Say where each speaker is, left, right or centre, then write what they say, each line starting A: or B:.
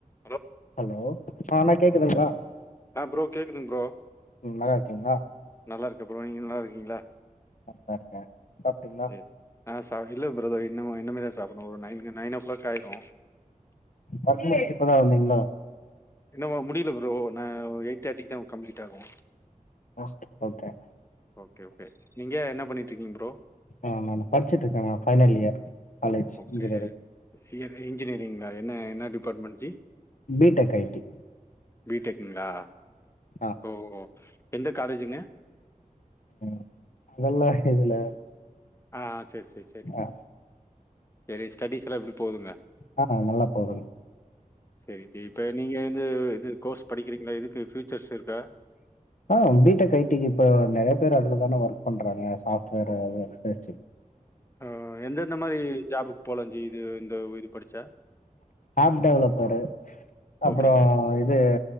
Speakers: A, on the left; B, on the left.
A: Hello
B: hello ஆ அண்ணா கேக்குதுங்களா
A: ஆ ப்ரோ கேக்குதுங் ப்ரோ
B: ம் நல்லா இருக்கீங்ளா
A: நல்லா இருக்க ப்ரோ நீங்க நல்லா இருக்கீங்களா
B: நல்லா இர்க்கே சாப்டிங்ளா
A: சரி. ஆ சா இல்ல பிரதர் இன்னமு இன்னமேதா சாப்பட்ணு ஒரு நைன்னு நைன் ஓ கிளாக் ஆயிடு
B: ஒர்க் முடிச்சுட்டு இப்பதா வந்தீங்ளோ
A: இன்னமு முடியல ப்ரோ நா எயிட் தேர்டிக்கு தா கம்ப்ளீட் ஆகு
B: ஆஸ்பிட் போன்ட்ற
A: ஓகே ஓகே நீங்க என்ன பண்ணிட்ருக்கீங் ப்ரோ
B: ஆமா ஆமா படிச்சிட்டு இருக்க நா final year college
A: okay
B: engineering
A: நீ க இன்ஜினியரிங்லா என்ன என்ன department G
B: B tech I T
A: B டெக்குங்ளா
B: ஆ
A: ஓ ஓ எந்த காலேஜிங்க
B: ம் சொல்லா இதுல
A: ஆ ஆ செரி செரி செரி
B: ஆ
A: செரி ஸ்டடிஸ்லா எப்டி போதுங்க
B: ஆ நல்லா போதுங்
A: செரி ஜி இப்ப நீங்க இது இது கோர்ஸ் படிக்கிறீங்கலே இதுக்கு ஃப்யூச்சர்ஸ் இருக்கா
B: ஆ பி டெக் ஐடிக்கு இப்ப நெறைய பேர் அதுலதானா ஒர்க் பண்றாங்க சாஃப்ட்வேர் அ <unintelligible>
A: ஆ எந்தெந்த மாரி ஜாபுக்கு போலா ஜி இது இந்த இது படிச்சா
B: ஆப் டெவலப்பரு அப்பறோ
A: ஓகேங்க.
B: இது